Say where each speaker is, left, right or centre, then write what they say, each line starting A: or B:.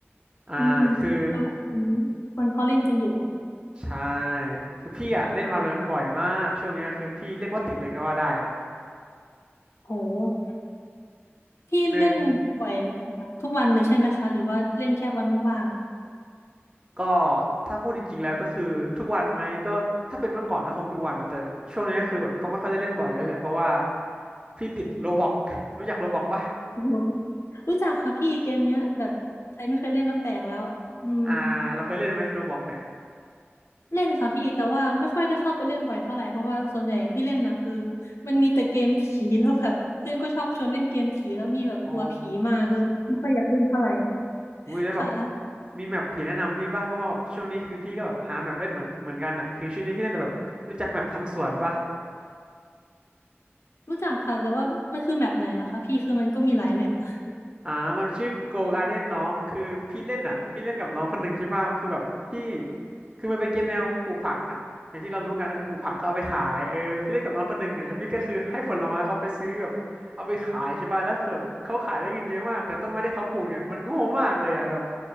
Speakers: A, on the right (about 25°); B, on the left (about 85°).
A: อ่าคือ
B: อืมแล้วผมคนเขาเล่นกันอยู่
A: ใช่คือพี่อะเล่น Valorant บ่อยมากช่วงเนี้ยคือพี่เรียกว่าติดเลยก็ว่าได้
B: โห พี่เล่นบ่อยแบบทุกวันเลยใช่ไหมคะ
A: เนิน
B: หรือว่าเล่นแค่วันว่าง
A: ก็ถ้าพูดจริงๆแล้วก็คือทุกวันไหมก็ถ้าเป็นเมื่อก่อนนะคงทุกวันนะแต่ช่วงนี้ก็คือแบบก็ไม่ค่อยได้เล่นบ่อยแล้วแหละเพราะว่าพี่ติดโรบล็อกรู้จักโรบล็อกปะ
B: โอ้โหรู้จักค่ะพี่เกมเนี้ยแบบใครไม่เคยเล่นก็แปลกแล้วอืม
A: อ่าเราเคยเล่นไหมโรบล็อกเนี่ย
B: เล่นค่ะพี่แต่ว่าไม่ค่อยได้เข้าไปเล่นบ่อยเท่าไหร่เพราะว่าส่วนใหญ่ที่เล่นนะคือมันมีแต่เกมผีแล้วแบบเพื่อนก็ชอบชวนเล่นเกมผีแล้วนี่แบบกลัวผีมากก็เลยไม่ค่อยอยากเล่นเท่าไหร่
A: อ๋ออุ้ยแล้วแบบ
B: ค่ะ
A: มีแมปผีแนะนำพี่ปะเพราะว่าแบบช่วงนี้คือพี่ก็แบบหาแมปเล่นเหมือนเหมือนกันอ่ะคือช่วงนี้พี่เล่นแต่แบบรู้จักแมปทำสวนปะ
B: รู้จักค่ะแต่ว่ามันคือแมปไหนเหรอคะพี่คือมันก็มีหลายแมปอะ
A: อ่ามันชื่อโกกา r d เด้นน้องคือพี่เล่นอ่ะพี่เล่นกับน้องคนหนึ่งใช่ป่ะคือแบบพี่คือมันไปเก็นแนวปลูกผักอ่ะอย่างที่เรารู้กันก็คือปลูกผักก็เอาไปขายเออพี่เล่นกับน้องคนหนึ่งเนี่ยแล้วพี่ก็คือให้ผลไม้เขาไปซื้อแบบเอาไปขายใช่ป่ะแล้วคือแบบเขาขายได้เงินเยอะมากแต่ต้นไม้ที่เขาปลูกเนี่ยมันโง่มากเลยอ่ะแบบ